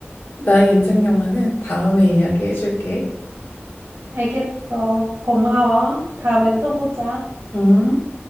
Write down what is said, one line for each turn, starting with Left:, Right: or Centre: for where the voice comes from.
Left: 나의 인생 영화는 다음에 이야기해줄게.
Right: 알겠어. 고마워. 다음에 또 보자.
Left: 음.